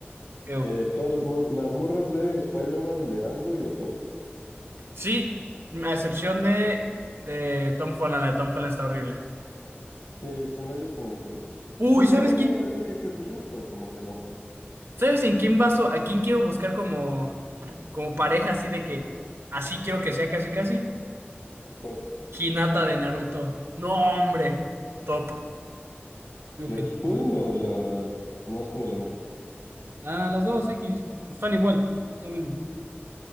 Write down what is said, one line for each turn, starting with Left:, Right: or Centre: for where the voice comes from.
Right: creo.
Left: Eh, todas las, mor- las morras de Spider-Man, de Andrew y de Toby.
Right: Sí, a excepción de, de Tom Holland. La de Tom Holland está horrible.
Left: De Zendaya como que
Right: Uy,
Left: tiene
Right: ¿sabes
Left: un
Right: quién?
Left: no sé qué, qué, qué sé yo, pero como que no.
Right: ¿Sabes en quién vaso? ¿A quién quiero buscar como, como pareja así de que así quiero que sea casi casi?
Left: ¿Cuál?
Right: Hinata de Naruto. No, hombre. Top. Mi objetivo.
Left: ¿La Shippuden o la más como la morra?
Right: Ah, las dos X. Están igual. Lo mismo.